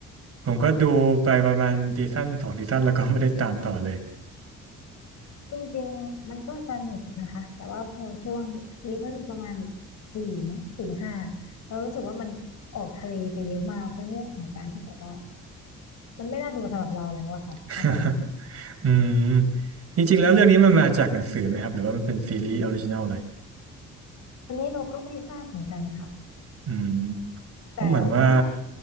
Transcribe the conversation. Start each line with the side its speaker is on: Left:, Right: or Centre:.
Right: ผมก็ดูไปประมาณซีซั่นสองซีซั่นแล้วก็ไม่ได้ตามต่อเลย
Left: จริงๆมันก็สนุกนะคะแต่ว่าพอช่วงซีซั่นประมาณสี่มั้งสี่ห้าเรารู้สึกว่ามันออกทะเลไปเยอะมากเป็นเรื่องของการที่แบบว่ามันไม่น่าดูสำหรับเราแล้วอะค่ะณตอนนั้น
Right: <laughs> อืมจริงๆแล้วเรื่องนี้มันมาจากหนังสือไหมครับหรือว่ามันเป็นซีรีส์ออริจินอลเลย
Left: อืมอันนี้เราก็ไม่ทราบเหมือนกันค่ะ
Right: อืม
Left: แต่ว่า
Right: ก็เหมือนว่า